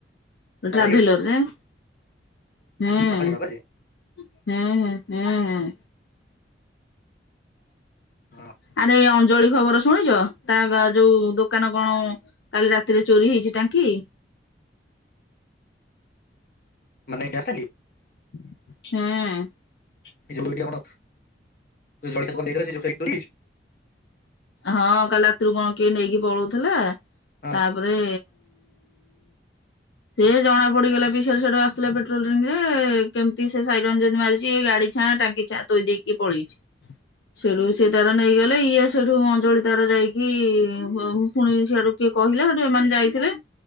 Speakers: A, on the left; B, on the left.
A: ବାବାଜୀ
B: ଟ୍ରାଭେଲରରେ।
A: ଏଠି
B: ହୁଁ
A: ବାବାଜୀ ବାବାଜୀ
B: ଉହୁଁ ଉହୁଁ।
A: ହଁ
B: ଆରେ ଏ ଅଞ୍ଜଳି ଖବର ଶୁ ଶୁଣିଚ଼, ତା ଗା ଯୋଉ ଦୋକାନ କଣ କାଲି ରାତିରେ ଚୋରି ହେଇଛି ଟାଙ୍କି।
A: <inaudible> ମାନେ ଗ୍ୟାସ୍ ଟାଙ୍କି?
B: ହୁଁ।
A: ଏ ଯୋଉ ଏଠି ଆମଡ଼ ଜଳଖିଆ ଦୋକାନ ଦେଇଥିଲା ସେଇ ଯୋଉ ସେଇଠି ଚୋରି ହେଇଚି?
B: ହଁ କାଲି ରାତିରୁ କଁ କିଏ ନେଇକି ପଳଉଥିଲା ତାପରେ
A: ହଁ <inaudible>
B: ସେ ଜଣା ପଡିଗଲା ବି ସେ ସେଡ଼େ ସେଡ଼େ ଆସିଥୁଲେ ପେଟ୍ରୋଲିଂ ରେ କେମିତି ସେ ସାଇରନ୍ ଯଦି ମାରିଛି ଏ ଗାଡି କଛା ଟାଙ୍କି ଛା ତୋଇ ଦେଇକି ପଳେଇଚି, ସେଉଠୁ ସେ ତାର ନେଇଗଲେ ଇଏ ସେଉଠୁ ଅଞ୍ଜଳି ତାର ଯାଇକି <unintelligible> ପୁଣି ସିଆଡୁ କିଏ କହିଲା ସେଠୁ ଏମାନେ ଯାଇଥିଲେ